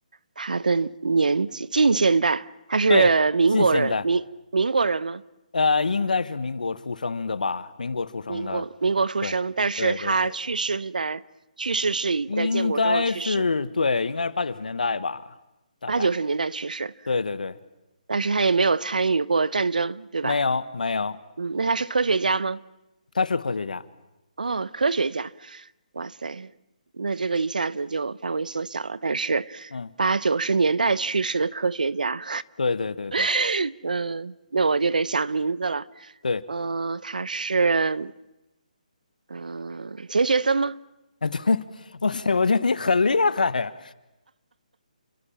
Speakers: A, on the right; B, on the left.
A: 他的年纪近现代，他是民国人，
B: 对，近现代，
A: 民民国人吗？
B: 呃，应该是民国出生的吧？民国出生的，
A: 民国民国出生，
B: 对对对对
A: 但是他去世是在去世是已在建国之后去世，
B: 应该是对，应该是八九十年代吧，大概。
A: 八九十年代去世，
B: 对对对，
A: 但是他也没有参与过战争，对吧？
B: 没有没有，
A: 嗯，那他是科学家吗？
B: 他是科学家。
A: 哦，科学家，哇塞，那这个一下子就范围缩小了。但是八九十年代去世的科学家，
B: 嗯，对对对对
A: <laughs> 嗯，那我就得想名字了。
B: 对，
A: 嗯、他是嗯、钱学森吗？
B: 哎对，<laughs> 哇塞，我觉得你很厉害呀。